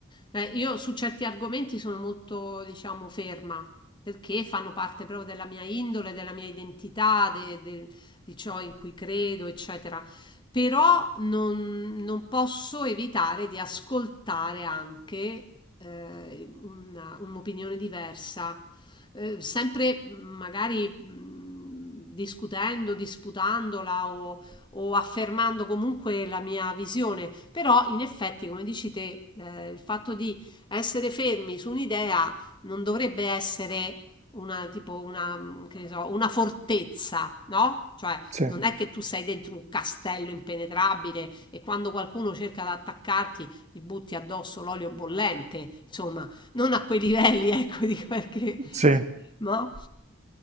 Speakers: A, on the left (about 25°); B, on the right (about 35°).
A: Eh, io su certi argomenti sono molto, diciamo, ferma, perché fanno parte proprio della mia indole, della mia identità, de- de- di ciò in cui credo, eccetera. Però non, non posso evitare di ascoltare anche eh, una- un'opinione diversa, eh, sempre mh, magari mh, discutendo, disputandola o o affermando comunque la mia visione, però in effetti, come dici te, eh, il fatto di essere fermi su un'idea non dovrebbe essere una, tipo una, mm, che ne so, una fortezza, no? Cioè,
B: Sì,
A: non è che tu sei dentro un castello impenetrabile e quando qualcuno cerca di attaccarti gli butti addosso l'olio bollente, insomma, non a quei livelli, <laughs> ecco, dico perché
B: sì, è
A: no?